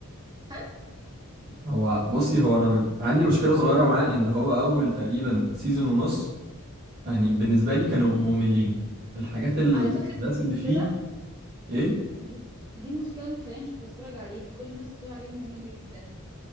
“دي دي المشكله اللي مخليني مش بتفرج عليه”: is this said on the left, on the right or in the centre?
Right